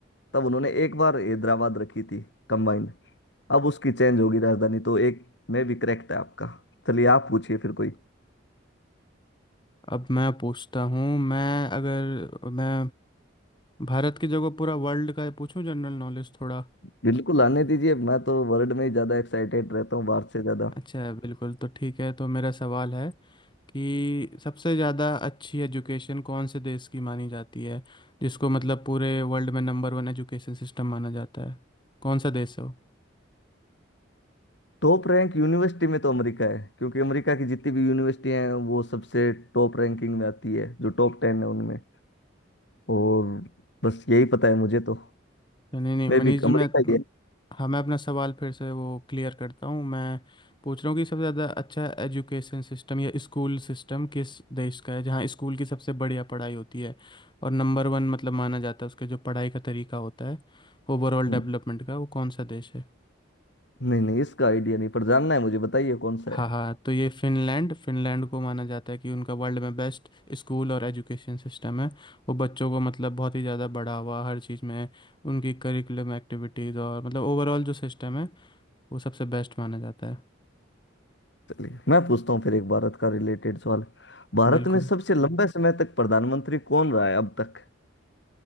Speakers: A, on the left (about 65°); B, on the left (about 25°).
A: तब उन्होंने एक बार हैदराबाद रखी थी कंबाइंड अब उसकी चेंज होगी राजधानी तो एक में भी करेक्ट है आपका चलिए आप पूछिए फिर कोई
B: अब मैं पूछता हूँ मैं अगर मैं भारत की जगह पूरा वर्ल्ड का पूछूं जनरल नॉलेज थोड़ा
A: बिल्कुल आने दीजिए मैं तो वर्ल्ड में ही ज़्यादा एक्साइटेड रहता हूँ भारत से ज़्यादा
B: अच्छा बिल्कुल तो ठीक है तो मेरा सवाल है कि सबसे ज़्यादा अच्छी एजुकेशन कौन से देश की मानी जाती है जिसको मतलब पूरे वर्ल्ड में नंबर वन एजुकेशन सिस्टम माना जाता है कौन सा देश है वो
A: टॉप रैंक यूनिवर्सिटी में तो अमेरिका है क्योंकि अमेरिका की जितनी भी यूनिवर्सिटी हैं वो सबसे टॉप रैंकिंग में आती है जो टॉप टेन है उनमें और बस यही पता है मुझे तो
B: नहीं नहीं
A: मैं
B: मनीष
A: भी
B: जी
A: अमेरिका
B: मैं
A: ही है
B: हाँ मैं अपना सवाल फिर से वो क्लियर करता हूँ मैं पूछ रहा हूँ कि सबसे ज़्यादा अच्छा एजुकेशन सिस्टम या स्कूल सिस्टम किस देश का है जहाँ स्कूल की सबसे बढ़िया पढ़ाई होती है और नंबर वन मतलब माना जाता है उसके जो पढ़ाई का तरीका होता है ओवरऑल
A: न-
B: डेवलपमेंट का वो कौन सा देश है
A: नहीं नहीं इसका आइडिया नहीं पर जानना है मुझे बताइए कौन सा
B: हाँ
A: है
B: हाँ तो ये फिनलैंड फिनलैंड को माना जाता है कि उनका वर्ल्ड में बेस्ट स्कूल और एजुकेशन सिस्टम है वो बच्चों को मतलब बहुत ही ज़्यादा बढ़ावा हर चीज़ में उनकी करिकुलम एक्टिविटीज़ और मतलब ओवरऑल जो सिस्टम है वो सबसे बेस्ट माना जाता है
A: चलिए मैं पूछता हूँ फिर एक भारत का रिलेटेड सवाल भारत
B: बिल्कुल
A: में सबसे लंबे समय तक प्रधानमंत्री कौन रहा है अब तक